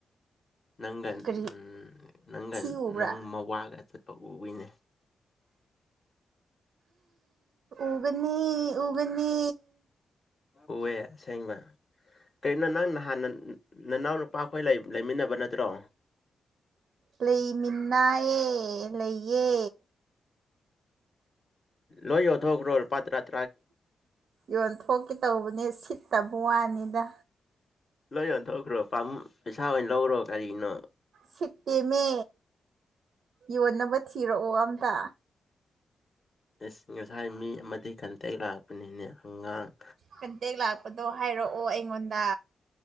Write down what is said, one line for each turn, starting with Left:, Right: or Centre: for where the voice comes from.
Left: ꯅꯪꯒꯟ
Right: ꯀꯔꯤ
Left: ꯎꯝ ꯅꯪꯒꯟ
Right: ꯊꯤ ꯎꯕ꯭ꯔꯥ
Left: ꯅꯪ ꯃꯋꯥꯒ ꯆꯠ ꯇꯧꯏꯅꯦ
Right: ꯎꯒꯅꯤ ꯎꯒꯅꯤ
Left: ꯎꯑꯦ ꯑꯁꯦꯡꯕ ꯀꯔꯤꯅꯣ ꯅꯪ ꯅꯍꯥꯟ ꯅꯅꯥꯎ ꯅꯨꯄꯥ ꯈꯣꯏ ꯂꯩ ꯂꯩꯃꯤꯟꯅꯕ ꯅꯠꯇ꯭ꯔꯣ
Right: ꯂꯩꯃꯤꯅꯥꯑꯦ ꯂꯩꯌꯦ
Left: ꯂꯣꯏ ꯌꯣꯟꯊꯣꯛꯈꯔꯣ ꯂꯨꯄꯥ ꯇꯔꯥꯠ
Right: ꯌꯣꯟꯊꯣꯛꯀꯦ ꯇꯧꯕꯅꯦ ꯁꯤꯠꯇꯕ ꯋꯥꯅꯤꯗ
Left: ꯂꯣꯏ ꯌꯣꯟꯊꯣꯛꯈ꯭ꯔꯣ ꯄꯥꯝ ꯄꯩꯁꯥ ꯑꯣꯏꯅ ꯂꯧꯔꯣ ꯀꯔꯤꯅꯣ
Right: ꯁꯤꯠꯇꯦꯝꯃꯦ ꯌꯣꯟꯅꯕ ꯊꯤꯔꯛꯑꯣ ꯑꯝꯇ
Left: ꯑꯁ ꯉꯁꯥꯏ ꯃꯤ ꯑꯃꯗꯤ ꯀꯟꯇꯦꯛ ꯂꯥꯛꯄꯅꯤꯅꯦ ꯍꯪꯒꯥꯥꯡ
Right: ꯀꯟꯇꯦꯛ ꯂꯥꯛꯄꯗꯣ ꯍꯥꯏꯔꯛꯑꯣ ꯑꯩꯉꯣꯟꯗ